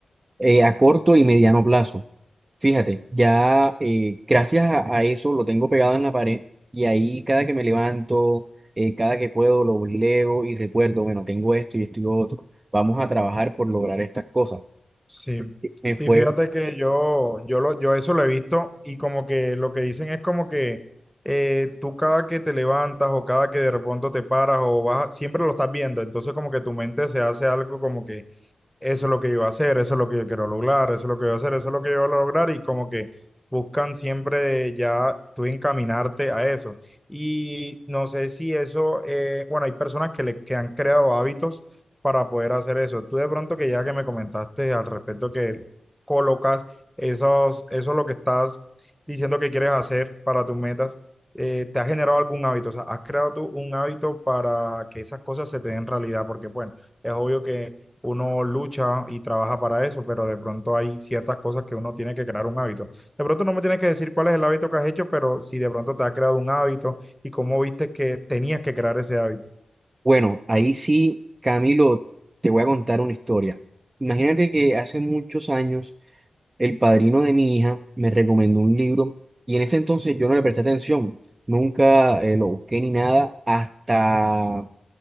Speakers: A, on the right; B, in the centre.
A: eh, a corto y mediano plazo. Fíjate, ya eh, gracias a, a eso lo tengo pegado en la pared y ahí cada que me levanto, eh, cada que puedo lo leo y recuerdo, bueno, tengo esto y esto y lo otro, vamos a trabajar por lograr estas cosas.
B: Sí.
A: Sí, Me fue,
B: Y fíjate que yo, yo, lo, yo eso lo he visto y como que lo que dicen es como que eh, tú cada que te levantas o cada que de pronto te paras o vas, siempre lo estás viendo. Entonces como que tu mente se hace algo como que eso es lo que yo voy a hacer, eso es lo que yo quiero lograr, eso es lo que yo voy a hacer, eso es lo que yo voy a lograr y como que buscan siempre ya tú encaminarte a eso. Y no sé si eso, eh, bueno, hay personas que, le, que han creado hábitos para poder hacer eso. Tú de pronto que ya que me comentaste al respecto que colocas esos, eso lo que estás diciendo que quieres hacer para tus metas, eh, ¿te ha generado algún hábito? O sea, ¿has creado tú un hábito para que esas cosas se te den realidad? Porque bueno, es obvio que uno lucha y trabaja para eso, pero de pronto hay ciertas cosas que uno tiene que crear un hábito. De pronto no me tienes que decir cuál es el hábito que has hecho, pero si de pronto te has creado un hábito y cómo viste que tenías que crear ese hábito.
A: bueno, ahí sí, Camilo, te voy a contar una historia. Imagínate que hace muchos años el padrino de mi hija me recomendó un libro y en ese entonces yo no le presté atención, nunca eh, lo busqué ni nada hasta